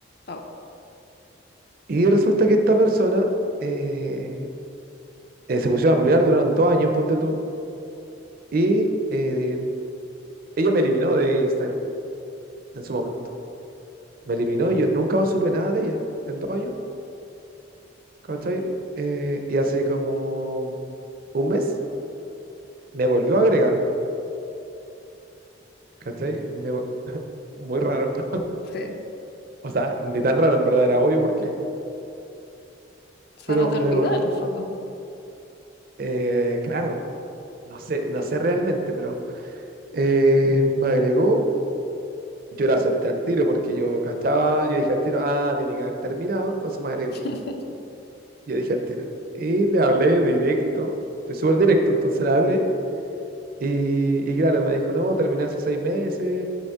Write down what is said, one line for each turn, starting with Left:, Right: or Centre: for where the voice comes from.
Left: Oh,
Right: Y resulta que esta persona eh, eh, se pusieron a pololear, duraron dos años, ponte tú. Y eh, ella me eliminó de Instagram en su momento. Me eliminó y yo nunca más supe nada de ella en dos años. ¿Cachai? Eh, y hace como un mes me volvió a agregar. ¿Cachai? Me vo- muy raro. <laughs>
Left: sí.
Right: O sea, ni tan raro, en verdad, era obvio por qué.
Left: O sea,
Right: Pero
Left: no te olvidas
Right: me vol-
Left: en el fondo.
Right: eh, claro, no sé, no sé realmente, pero eh, me agregó. Yo la acepté al tiro porque yo cachaba, yo dije al tiro, ah, tiene que haber terminado, entonces me agregó.
Left: <laughs>
Right: Yo dije al tiro. Y le hablé directo, fue súper directo, entonces le hablé. Y, y claro, me dijo, no, terminé hace seis meses.